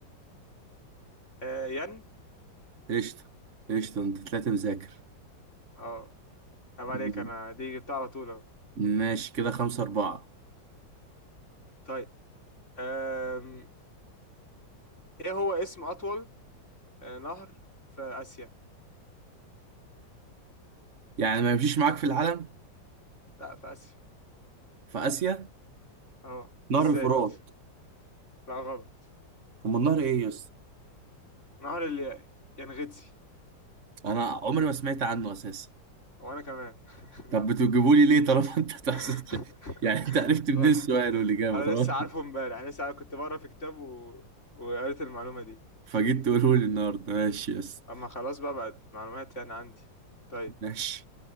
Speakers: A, on the left (about 35°); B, on the right (about 40°).
A: آه ين
B: قشطة قشطة انت طلعت مذاكر
A: اه طب عليك
B: مم.
A: انا دي جبتها على طول اهو
B: ماشي كده خمسة أربعة
A: طيب آم... ايه هو اسم أطول آه نهر في آسيا؟
B: يعني ما يمشيش معاك في العالم
A: لا في آسيا
B: في آسيا
A: اه
B: نهر
A: بالذات
B: الفرات
A: لا غلط
B: أما النهر إيه يا اسطى؟
A: نهر اليانغتسي
B: أنا عمري ما سمعت عنه أساسا
A: وانا كمان <laughs>
B: طب بتجيبوا لي ليه طالما
A: <laughs>
B: <laughs> أنت تحسن يعني أنت عرفت منين
A: ولا
B: السؤال والإجابة
A: انا
B: طالما
A: لسه
B: أنت
A: عارفه امبارح لسه عارف كنت بقرا في كتاب و... وقريت المعلومه دي
B: فجيت تقوله لي النهاردة ماشي يا اسطى
A: اما خلاص بقى بقت معلومات يعني عندي طيب
B: ماشي